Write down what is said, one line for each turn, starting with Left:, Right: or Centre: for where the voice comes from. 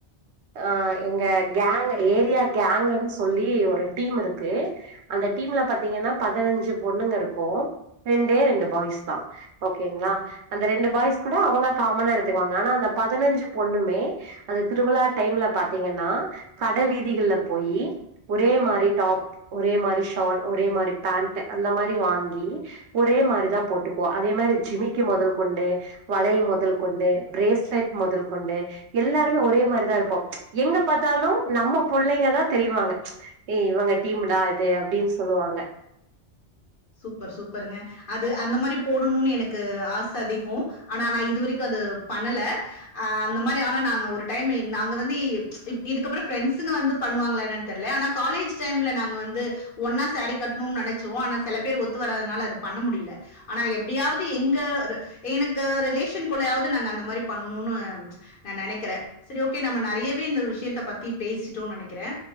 Right: அ எங்க கேங் ஏரியா கேங்ன்னு சொல்லி ஒரு டீம்ருக்கு அந்த டீம்ல பாத்தீங்கன்னா பதினஞ்சு பொண்ணுங்க இருக்கு ரெண்டே ரெண்டு பாய்ஸ் தா ஓகேங்ளா அந்த ரெண்டு பாய்ஸ் கூட அவங்க காமனா எடுத்துக்குவாங்க ஆனா அந்த பதினஞ்சு பொண்ணுமே அந்த திருவிழா டைம்ல பாத்தீங்கன்னா கட வீதிகள்ல போயி ஒரே மாரி டாப் ஒரே மாரி ஷால் ஒரே மாரி பேண்ட் அந்த மாரி வாங்கி ஒரே மாரிதா போட்டுப்போ அதே மாரி ஜிமிக்கு மொதல் கொண்டு வளையல் மொதல் கொண்டு ப்ரேஸ்லெட் மொதல் கொண்டு எல்லாருமே ஒரே மாதிரிதாருக் ப்போம் எங்க பாத்தாலு நம்ம புள்ளைங்கதா தெரியிவாங்க ஏ இவங்க டீமுடா இது அப்டின்னு சொல்லுவாங்க
Left: சூப்பர் சூப்பர்ங்க அது அந்த மாரி போடணுன்னு எனக்கு ஆச அதிகோ ஆனா நா இதுவரைக்கு அது பண்ணல அ அந்த மாரி ஆனா நாங்க ஒரு டைம் நாங்க வந்து இதுக்கப்பறோ ஃப்ரெண்ட்ஸுங்க வந்து பண்ணுவாங்களா என்னன்னு தெரில ஆனா காலேஜ் டைம்ல நாங்க வந்து ஒன்னா சேரீ கட்டணுன்னு நெனச்சோ ஆனா செல பேர் ஒத்து வராதனால அது பண்ண முடியல ஆனா எப்டியாவது எங்க எனக்கு ரிலேஷன்குள்ளயாவது நாங்க அந்த மாரி பண்ணுன்னு நா நெனக்கிறே சரி ஓகே நம்ம நெறயவே இந்த விஷயத்த பத்தி பேசிட்டோன்னு நெனக்கிறே